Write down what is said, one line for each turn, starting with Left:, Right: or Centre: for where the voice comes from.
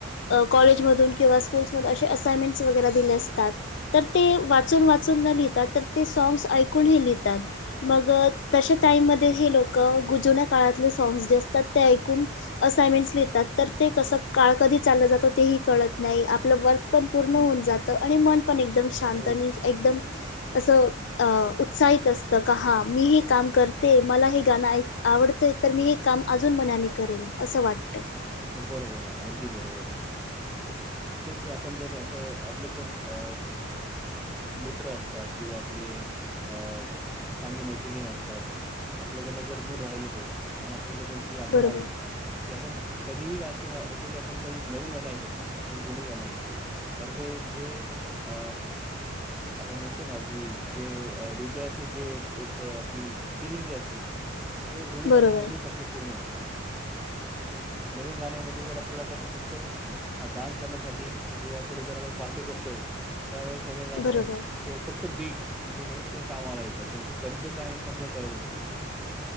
Left: अ कॉलेजमधून किंवा स्कूल्समधून अशे असायमेंट्स वगैरे दिले असतात तर ते वाचून वाचून न लिहिता, तर ते सॉंग्स् ऐकून ही लिहितात. मग तशा टाईम मध्ये हे लोक गु जुण्या काळातले सॉंग्स् जे असतात ते ऐकून असायमेंट्स लिहीतात. तर ते कसं काळ कधी चाललं जातं, तेही कळत नाही. आपलं वर्क पण पूर्ण
Centre: हं,
Left: होऊन जात. आणि मन पण एकदम शांत,
Centre: हो.
Left: आणि एकदम असं अ उत्साहित असतं का हा, मी हे काम करते, मला हे गानं ऐक् आवडते. तर मी हे काम अजून मनाने करेल, असं वाटतं.
Centre: बरोबर आहे. अगदी बरोबर आहे. तेच, आपण जर असं, आपले कोण अ मित्र असतात, किंवा आपले अ चांगली मैत्रीणी असतात आपल्याकडनं जर दूर राहिले ते, आणि आपल्याला जर त्यांची आठवण
Left: बरोबर
Centre: आली की आपण कधीही असं होतो की, आपण कधी नवीन गाणी ऐकत नसतात. आपण जुने जाण ऐकतो, कारन ते जे अ आपण म्हणतो ना की जे हृदयातली जे एक आपली फिलिंग जे असती ते जुने गाने
Left: बरोबर
Centre: मधेचं आपलं पूर्ण होतात. नवीन गाण्यामध्ये जर आपल्याला कशे फक्त अ डान्स करण्यासाठी, किंवा कुठं जर आपण पार्टी करतोय, त्यावेळेस नवीन गाने
Left: बरोबर
Centre: ते फक्त बीट जे आहे ते कामावला येतात. त्यांचे शब्द काय आहे, ते आपल्याला कळतच नाही.